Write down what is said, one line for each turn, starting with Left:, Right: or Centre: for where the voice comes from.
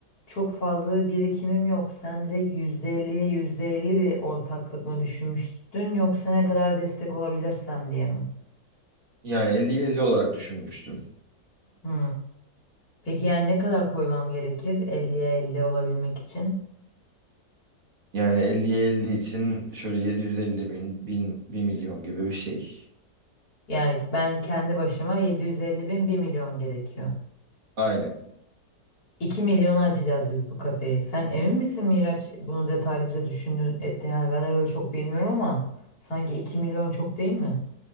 Left: çok fazla bir birikimim yok. Sen direkt yüzde elliye %50 bir ortaklık mı düşünmüştün yoksa ne kadar destek olabilirsem diye mi?
Right: Yani 50'ye 50 olarak düşünmüştüm.
Left: Hı. Peki yani ne kadar koymam gerekir Elliye 50 olabilmek için?
Right: Yani 50'ye 50 için şöyle 750 bin, bin, bir milyon gibi bir şey.
Left: Yani ben kendi başıma 750 bin bir milyon gerekiyor.
Right: Aynen.
Left: 2 milyona açacağız biz bu kafeyi. Sen emin misin Miraç bunu detaylıca düşündün etti? Yani ben de böyle çok bilmiyorum ama sanki 2 milyon çok değil mi?